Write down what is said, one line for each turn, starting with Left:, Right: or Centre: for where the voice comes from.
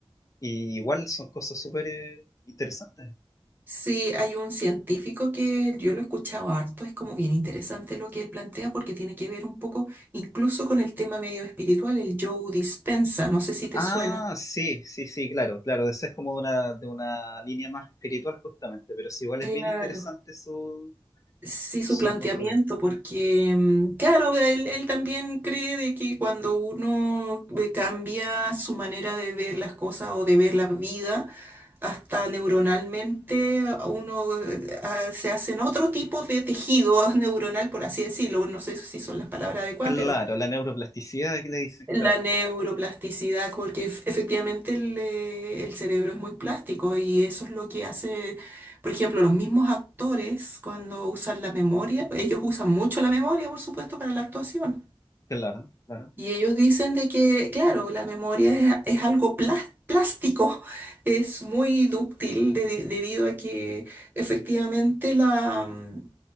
Left: y igual son cosas súper eh, interesantes.
Right: Sí, hay un científico que yo lo he escuchado harto, es como bien interesante lo que él plantea porque tiene que ver un poco incluso con el tema medio espiritual, el Joe Dispensa, no sé si te
Left: Ah,
Right: suena.
Left: sí, sí, sí, claro, claro. Esa es como una, de una línea más espiritual justamente, pero sí, igual
Right: Claro.
Left: es bien interesante su,
Right: Sí, su
Left: su
Right: planteamiento,
Left: postura.
Right: porque mm, claro, él, él también cree de que cuando uno eh, cambia su manera de ver las cosas o de ver la vida, hasta neuronalmente uno eh, ah, se hacen otro tipo de tejido <laughs> neuronal, por así decirlo. No sé si son las palabras adecuadas,
Left: Claro,
Right: pero
Left: la neuroplasticidad que le dicen,
Right: la
Left: claro,
Right: neuroplasticidad, porque ef- efectivamente el, eh, el cerebro es muy plástico y eso es lo que hace, por ejemplo, los mismos actores cuando usan la memoria, ellos usan mucho la memoria, por supuesto, para la actuación.
Left: claro, claro,
Right: Y ellos dicen de que, claro, la memoria es, es algo plas- plástico, <laughs> es muy dúctil de- de- debido a que efectivamente la, mm,